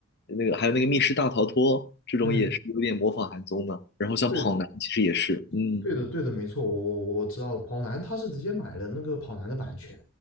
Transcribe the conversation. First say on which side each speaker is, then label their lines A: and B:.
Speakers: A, on the left; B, on the left.
A: 那个，还有那个《密室大逃脱》这种也是有点模仿韩综的，
B: 嗯，
A: 然后像《跑男》其实也是，
B: 对的，
A: 嗯
B: 对的，对的，没错，我我我知道的。跑男他是直接买了那个跑男的版权。